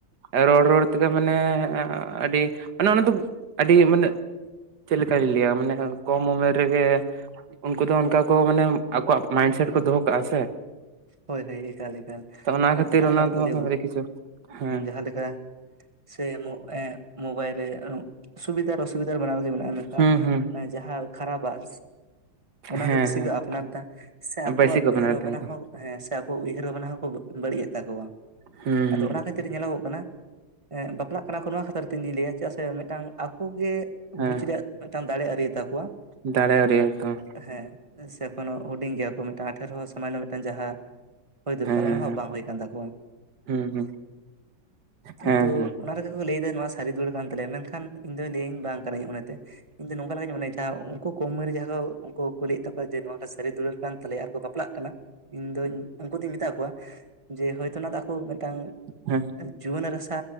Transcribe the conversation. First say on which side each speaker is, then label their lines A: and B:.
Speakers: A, on the right; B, on the right.
A: ᱨᱚᱲ ᱨᱚᱲ ᱛᱮᱜᱮ ᱢᱟᱱᱮ ᱟᱹᱰᱤ ᱢᱟᱱᱮ ᱚᱱᱟ ᱫᱚ ᱟᱹᱰᱤ ᱢᱟᱱᱮ ᱪᱮᱫ ᱠᱟᱹᱧ ᱞᱟᱹᱭᱟ ᱢᱟᱱᱮ ᱠᱚᱢ ᱩᱢᱮᱨ ᱨᱮᱜᱮ ᱩᱱᱠᱩ ᱫᱚ ᱚᱱᱠᱟ ᱠᱚ ᱢᱟᱱᱮ ᱟᱠᱚᱣᱟᱜ ᱢᱟᱭᱤᱱᱰᱥᱮᱴ ᱠᱚ ᱫᱚᱦᱚ ᱠᱟᱜᱼᱟ ᱥᱮ᱾
B: ᱦᱳᱭ ᱦᱳᱭ ᱮᱠᱟᱞ ᱮᱠᱟᱞ
A: ᱛᱚ ᱚᱱᱟ
B: ᱢᱟᱱᱮ
A: ᱠᱷᱟᱹᱛᱤᱨ
B: ᱡᱟᱦᱟᱸ
A: ᱚᱱᱟ
B: ᱞᱮᱠᱟ ᱫᱚ ᱞᱟᱹᱭᱚᱜ᱾
A: ᱟᱹᱰᱤ ᱠᱤᱪᱷᱩ ᱦᱮᱸ
B: ᱡᱟᱦᱟᱸᱮᱠᱟ ᱥᱮ ᱮᱸᱻ ᱢᱳᱵᱟᱭᱤᱞ ᱨᱮ ᱥᱩᱵᱤᱫᱷᱟ <unintelligible> ᱥᱩᱵᱤᱫᱷᱟ ᱵᱟᱱᱟᱨ ᱜᱮ ᱢᱮᱱᱟᱜᱼᱟ᱾ ᱢᱮᱱᱠᱷᱟᱱ
A: ᱦᱩᱸ ᱦᱩᱸ
B: ᱡᱟᱦᱟᱸ ᱠᱷᱟᱨᱟᱯᱟᱜ ᱚᱱᱟᱜᱮ
A: ᱦᱮᱸ
B: ᱵᱮᱥᱤ
A: ᱦᱮᱸ
B: ᱠᱚ ᱟᱯᱱᱟᱨᱫᱟ ᱥᱮ ᱟᱠᱚᱣᱟᱜ
A: ᱵᱟᱹᱭᱥᱤ ᱠᱚ
B: ᱩᱭᱦᱟᱹᱨ
A: ᱵᱮᱱᱟᱣ
B: ᱵᱷᱟᱵᱱᱟ
A: ᱮᱫᱟ ᱮᱠᱫᱚᱢ
B: ᱦᱚᱸ ᱦᱮᱸ ᱥᱮ ᱟᱠᱚ ᱩᱭᱦᱟᱹᱨ ᱵᱷᱟᱵᱱᱟ ᱦᱚᱸᱠᱚ ᱵᱟᱹᱲᱤᱡᱮᱜ ᱛᱟᱠᱚᱣᱟ᱾
A: ᱦᱩᱸ
B: ᱟᱫᱚ ᱚᱱᱟ ᱠᱷᱟᱹᱛᱤᱨ ᱠᱷᱟᱹᱛᱤᱨ ᱧᱮᱞᱚᱜᱼᱚᱜ ᱠᱟᱱᱟ ᱵᱟᱯᱞᱟᱜ ᱠᱟᱱᱟ ᱠᱚ, ᱱᱚᱣᱟ ᱠᱷᱟᱹᱛᱤᱨ ᱛᱮ ᱤᱧᱤᱧ ᱞᱟᱹᱭ ᱟ ᱪᱮᱫᱟᱜ ᱥᱮ ᱢᱤᱫᱴᱟᱝ ᱟᱠᱚ ᱜᱮ
A: ᱦᱮᱸ
B: ᱵᱩᱡ ᱨᱮᱭᱟᱜ ᱢᱤᱫᱴᱟᱝ ᱫᱟᱲᱮ ᱟᱹᱣᱨᱤ ᱟᱛᱟᱠᱚᱣᱟ ᱾
A: ᱫᱟᱲᱮ ᱨᱮᱭᱟᱜ ᱮᱠᱫᱚᱢ ᱾
B: ᱦᱮᱸ ᱥᱮ ᱮᱠᱷᱱᱳ ᱦᱩᱰᱤᱧ ᱜᱮᱭᱟ ᱠᱚ ᱢᱤᱫᱴᱟᱱ ᱟᱴᱷᱮᱨᱚ ᱥᱟᱢᱟᱱᱱᱚ ᱢᱤᱫᱴᱟᱱ ᱡᱟᱦᱟᱸ ᱦᱳᱭ ᱫᱚᱨᱠᱟᱨ
A: ᱦᱮᱸ ᱦᱮᱸ
B: ᱚᱱᱟ ᱦᱚᱸ
A: ᱦᱮᱸ
B: ᱵᱟᱝ ᱦᱩᱭ ᱠᱟᱱ ᱛᱟᱠᱚᱣᱟ᱾
A: ᱦᱩᱸ ᱦᱩᱸ
B: ᱠᱤᱱᱛᱩ
A: ᱦᱮᱸ ᱦᱮᱸ
B: ᱚᱱᱟ ᱨᱮᱜᱮ ᱠᱚ ᱞᱟᱹᱭᱮᱫᱟ᱾ ᱱᱚᱣᱟ ᱥᱟᱹᱨᱤ ᱫᱩᱞᱟᱹᱲ ᱠᱟᱱ ᱛᱟᱞᱮᱭᱟ᱾ ᱢᱮᱱᱠᱷᱟᱱ ᱤᱧ ᱫᱚ ᱞᱟᱹᱭᱟᱹᱧ ᱵᱟᱝ ᱠᱟᱱᱟ ᱤᱧᱟᱜ ᱢᱚᱱᱮᱛᱮ ᱾ ᱤᱧ ᱫᱚ ᱱᱚᱝᱠᱟ ᱞᱮᱠᱟᱧ ᱢᱚᱱᱮᱭᱟ᱾ ᱡᱟᱦᱟᱸ ᱩᱱᱠᱩ ᱠᱚᱢ ᱩᱢᱮᱨ ᱨᱮᱜᱮ ᱡᱟᱦᱟᱸ ᱠᱚ ᱩᱱᱠᱩ ᱠᱩᱞᱤᱭᱮᱫ ᱛᱟᱠᱚᱣᱟ ᱡᱮ ᱱᱚᱣᱟᱴᱟᱜ ᱥᱟᱹᱨᱤ ᱫᱩᱞᱟᱹᱲ ᱠᱟᱱ ᱛᱟᱞᱮᱭᱟ ᱟᱨᱠᱚ ᱵᱟᱯᱞᱟᱜ ᱠᱟᱱᱟ᱾ ᱤᱧ ᱫᱚᱧ ᱩᱱᱠᱩ ᱫᱚᱧ ᱢᱮᱛᱟ ᱠᱚᱣᱟ᱾ ᱡᱮ ᱦᱚᱭᱛᱳ ᱱᱚᱣᱟ ᱫᱚ ᱟᱠᱚ ᱢᱤᱫᱴᱟᱝ
A: ᱦᱮᱸ
B: ᱡᱩᱣᱟᱹᱱ ᱨᱟᱥᱟ